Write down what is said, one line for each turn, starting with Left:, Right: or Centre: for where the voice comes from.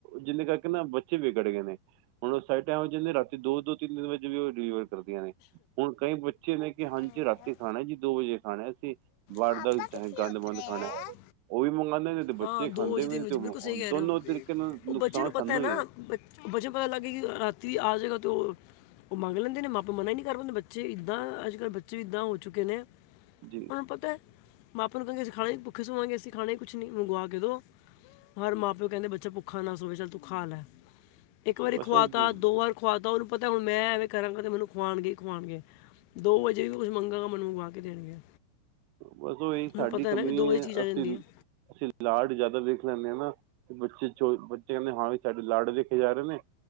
Right: ਜਿੰਨੇ ਕਰਕੇ ਨਾ ਬੱਚੇ ਵਿਗੜ ਗਏ ਨੇ। ਹੁਣ ਉਹ ਫਲਾਇਟਾ ਇਹੋ ਜਹੀਆਂ ਰਾਤੀ ਦੋ ਦੋ ਤਿਨ ਵਜੇ ਵੀ ਉਹ ਡਿਲੀਵਰ ਕਰਦੀਆਂ ਨੇ ਹੁਣ ਕਈ ਬੱਚੇ ਨੇ ਕਿ ਹਾਂਜੀ
Left: ਹਾਂ
Right: ਰਾਤੀ
Left: ਯਾਰ
Right: ਖਾਣਾ ਈ ਨਹੀਂ ਦੋ ਵਜੇ ਖਾਣੈ ਅਸੀਂ ਬਾਹਰ
Left: ਪਾਪਾ
Right: ਦਾ ਵੀ
Left: ਕਿੱਥੇ
Right: ਚਾਹੇ ਗੰਦ
Left: ਉਤਰੇ
Right: ਮੰਦ ਖਾਣੈ
Left: ਆ
Right: ਉਹ ਵੀ ਮੰਗਵਾਦੇ ਨੇ ਤੇ
Left: ਹਾਂ
Right: ਬੱਚੇ ਖਾਂਦੇ
Left: ਵਜੇ
Right: ਵੀ ਨੇ
Left: ਵਜੇ
Right: ਤੇ
Left: ਸਹੀ ਕਹਿ
Right: ਦੋਨੋ
Left: ਰਹੇ ਹੋ ਦੇਖਦੇ
Right: ਤਰੀਕੇ ਨਾਲ
Left: ਉਹ
Right: ਨੁਕਸਾਨ
Left: ਬੱਚੇ ਨੂੰ ਪਤਾ
Right: ਸਾਨੂੰ
Left: ਹੈ ਨਾ
Right: ਹੀ ਏਂ।
Left: ਬੱਚ- ਬੱਚੇ ਪਤਾ ਲੱਗੇ ਕਿ ਰਾਤੀ ਆ ਜਾਏਗਾ ਤੇ ਉਹ ਉਹ ਮੰਗ ਲੈਂਦੇ ਨੇ ਮਾਪੇ ਮਨਾ ਈ ਨੀਂ ਕਰ ਪਾਂਦੇ ਬੱਚੇ ਇੱਦਾਂ ਅੱਜ ਕੱਲ੍ਹ ਬੱਚੇ ਇਦਾਂ ਹੋ ਚੁੱਕੇ ਨੇ ਉਹਨੂੰ
Right: ਜੀ
Left: ਪ <inaudible> ਮਾਪੇ ਨੂੰ ਕਹਿੰਗੇ ਅਸੀਂ ਖਾਣਾ ਭੁੱਖੇ ਸੋਵਾਂਗੇ ਅਸੀਂ ਖਾਣਾ ਕੁਛ ਨੀਂ ਮੰਗਵਾ ਕੇ ਦੋ ਹਰ ਮਾਂ ਪਿਓ ਕਹਿੰਦੇ ਬੱਚਾ ਭੁੱਖਾ ਨਾ ਸੋਏ ਚੱਲ ਤੂੰ ਖਾ ਲੈ। ਇੱਕ ਵਾਰੀ
Right: ਬਸ
Left: ਖੁਆ
Right: ਉਹ
Left: ਤਾ ਦੋ ਵਾਰ ਖੁਆਤਾ ਉਹਨੂੰ ਪਤਾ ਹੁਣ ਮੈਂ ਏਵੇਂ ਕਰਾਂਗਾ ਤੇ ਮੈਨੂੰ ਖੁਵਾਣਗੇ ਈ ਖੁਵਾਣਗੇ। ਦੋ ਵਜੇ ਵੀ ਕੁਛ ਮੰਗਾਂ ਮੈਨੂੰ ਮੰਗਵਾ ਕੇ ਦੇਣਗੇ।
Right: ਬਸ ਉਹੀ
Left: ਮੈਨੂੰ
Right: ਸਾਡੀ
Left: ਪਤਾ
Right: ਕਮੀ
Left: ਹੈ ਨਾ ਕਿ ਦੋ ਵਜੇ
Right: ਐ
Left: ਚੀਜ਼ ਆ
Right: ਅਸੀ।
Left: ਜਾਂਦੀ ਹੈ
Right: ਅਸੀਂ ਲਾਡ ਜਿਆਦਾ ਵੇਖ ਲੈਂਨੇ ਆਂ ਨਾਂ ਬੱਚੇ। ਬੱਚੇ ਕਹਿੰਦੇ ਹਾਂ ਵੀ ਸਾਡੇ ਲਾਡ ਦੇਖੇ ਜਾ ਰਹੇ ਨੇਂ।